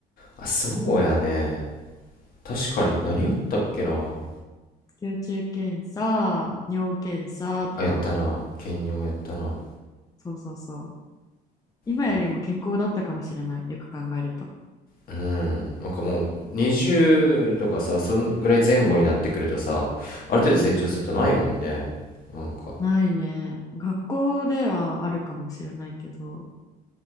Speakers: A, on the left; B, on the left.
A: あそうやね確かに何やったっけな
B: 蟯虫検査尿検査とか
A: あやったな兼任をやったな
B: そうそうそう今よりも健康だったかもしれない。
A: あ
B: よく考えると。
A: うんなんかもう20とかさそんぐらい前後になってくるとさある程度成長するとないもんねなんか
B: うん、うん。ないね。学校ではあるかもしれないけど、